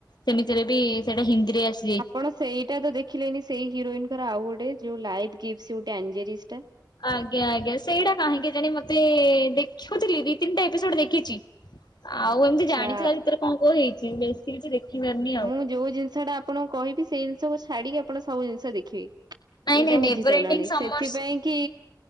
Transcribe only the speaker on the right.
ଆପଣ ସେଇଟା ତ ଦେଖିଲେନି ସେଇ ହିରୋଇନଙ୍କର ଆଉ ଗୋଟେ ଯୋଉ ଲାଇଫ କିଗ ୱିଥ ଆଞ୍ଜେରିସଟା।
ଆଚ୍ଛା
ମୁଁ ଯୋଉ ଜିନିଷଟା ଆପଣଙ୍କୁ କହିବି ସେଇ ଜିନିଷକୁ ଛାଡିକି ଆପଣ ସବୁ ଜିନିଷ ଦେଖିବେ।
ଏଇଟା
ବୁଝି
ସାରିଲଣି
ସେଥିପାଇଁ କି